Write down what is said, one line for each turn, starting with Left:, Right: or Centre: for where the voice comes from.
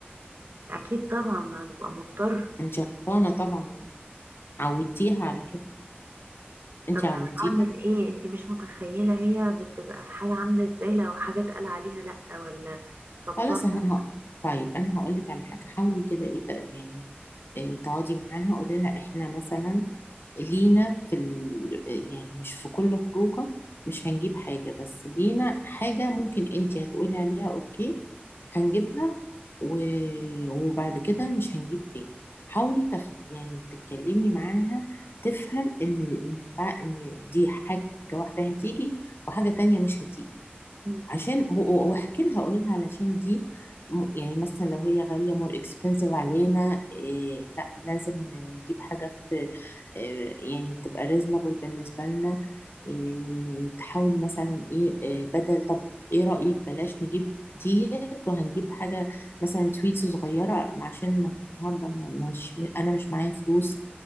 Right: اكيد طبعا انا ببقى مضطر
Left: انت غلطانه طبعا يعني عودتيها على كده انت
Right: طب انا
Left: عودتيها
Right: اعمل ايه انتي مش متخيله هي بتبقى في حاله عامله ازاي لو حاجه اتقال عليها لا ولا شبطان
Left: خلاص انا هقول طيب انا هقول لك على حاجه حاولي كده ايه ت- يعني إيه تقعدي معاها قولي لها احنا مثلا لينا في ال... يعني مش في كل خروجه مش هنجيب حاجه بس لينا حاجه ممكن انت هتقولي عليها اوكي هنجيبها و... وبعد كده مش هنجيب تاني حاولي تخ... يعني تتكلمي معاها تفهم ان ان بقى ان دي حاجه واحده هتيجي وحاجه تانية مش هتيجي
Right: مم.
Left: عشان و- و- واحكي لها قولي لها علشان دي م- يعني مثلا لو هي غالية مور اكسبنسيف علينا إيه لا لازم نجيب حاجة في إيه يعني تبقى ريزنبل بالنسبة لنا إيه تحاولي مثلا ايه, إيه بدل طب ايه رأيك بلاش نجيب ديت وهنجيب حاجة مثلا سويتس صغيرة عشان النهاردة ما- مش انا مش معايا فلوس